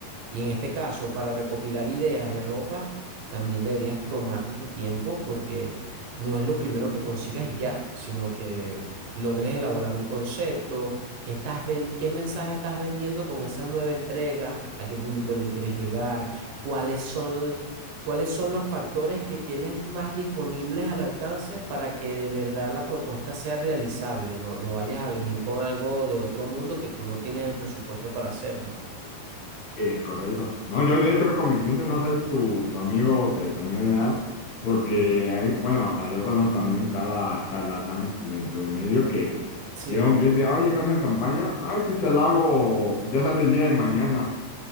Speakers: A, on the right (about 80°); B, on the left (about 70°).
A: Y en este caso, para recopilar ideas de ropa también deberías tomarte tu tiempo porque no es lo primero que consigas y ya, sino que logres elaborar un concepto, qué estás ven- qué mensaje estás vendiendo con esa nueva entrega, a qué público le quieres llegar, cuáles son, cuáles son los factores que tienes más disponibles al alcance para que de verdad la propuesta sea realizable, no, no vayas a venir con algo de otro mundo que tú no tienes el presupuesto para hacerlo.
B: Es correcto. No, yo de hecho con mis clientes no sé tu, tu amigo que también da, porque hay, bueno, o sea, yo conozco también cada charlatán dentro del medio que
A: Sí.
B: llega un cliente, oye, me hacen campaña, ay, sí te lo hago, ya sale el día de mañana.